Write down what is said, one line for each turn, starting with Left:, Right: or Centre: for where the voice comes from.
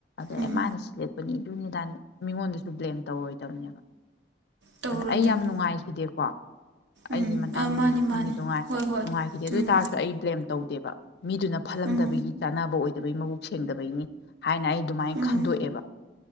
Left: ꯑꯗꯩꯩ
Right: ꯎꯝ
Left: ꯃꯥꯅ ꯁꯤꯂꯛꯄꯅꯤ ꯑꯗꯨꯅꯤꯗꯥꯅꯤ ꯃꯤꯉꯣꯟꯗꯁꯨ ꯕ꯭ꯂꯦꯝ ꯇꯧꯔꯣꯏꯗꯕꯅꯦꯕ
Right: ꯇꯧꯔꯣꯏꯗꯕꯅꯤ
Left: ꯑꯗ ꯑꯩ ꯌꯥꯝ ꯅꯨꯡꯉꯥꯏꯈꯤꯗꯦꯀꯣ ꯑꯩꯒꯤ
Right: ꯎꯝ
Left: ꯃꯇꯥꯡ
Right: ꯑꯥ
Left: ꯅꯣꯏꯁꯨ
Right: ꯃꯥꯅꯤ
Left: ꯈꯪꯉꯤꯗꯨꯉꯥꯏ
Right: ꯃꯥꯅꯤ ꯍꯣꯏ ꯍꯣꯏ
Left: ꯅꯨꯡꯉꯥꯏꯈꯤꯗꯦ ꯑꯗꯣꯏ
Right: ꯎꯝ
Left: ꯇꯔꯁꯨ ꯑꯩ ꯕ꯭ꯂꯦꯝ ꯇꯧꯗꯦꯕ ꯃꯤꯗꯨꯅ ꯐꯠꯂꯝꯗꯕꯒꯤ
Right: ꯎꯝ
Left: ꯆꯥꯟꯅꯕ ꯑꯣꯏ__ ꯃꯕꯨꯛ ꯁꯦꯡꯗꯕꯩꯅꯤ ꯍꯥꯏꯅ ꯑꯩ ꯑꯗꯨꯃꯥꯏ__
Right: ꯎꯝ
Left: ꯈꯟꯗꯣꯛꯑꯦꯕ